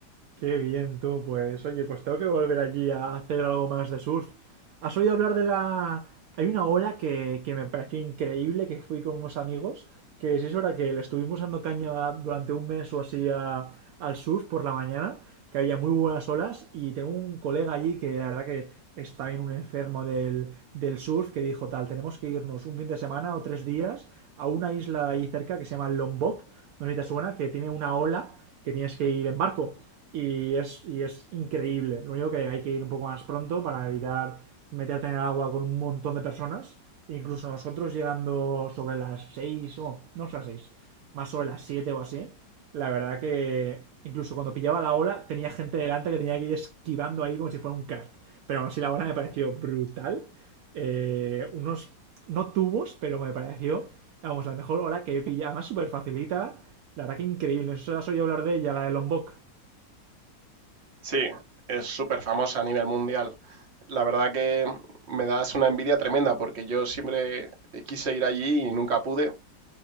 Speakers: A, on the right; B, on the right.
A: Qué bien tú, pues oye, pues tengo que volver allí a hacer algo más de surf. ¿Has oído hablar de la... Hay una ola que, que me pareció increíble, que fui con unos amigos, que sí es verdad que le estuvimos dando caña durante un mes o así a- al surf por la mañana, que había muy buenas olas, y tengo un colega allí que la verdad que es también un enfermo del, del surf, que dijo tal, tenemos que irnos un fin de semana o tres días a una isla ahí cerca que se llama Lombok, no sé si te suena, que tiene una ola que tienes que ir en barco y es, y es increíble. Lo único que hay que ir un poco más pronto para evitar meterte en el agua con un montón de personas. E Incluso nosotros llegando sobre las 6 o oh, no sé las 6 más sobre las 7 o así. La verdad que incluso cuando pillaba la ola tenía gente delante que tenía que ir esquivando ahí como si fuera un kart. Pero aún así la ola me pareció brutal. Eh, unos, no tubos, pero me pareció, vamos, la mejor ola que he pillado. Además, súper facilita. La verdad que increíble. No sé si has oído hablar de ella, la de Lombok.
B: Sí, es súper famosa a nivel mundial. La verdad que me das una envidia tremenda porque yo siempre quise ir allí y nunca pude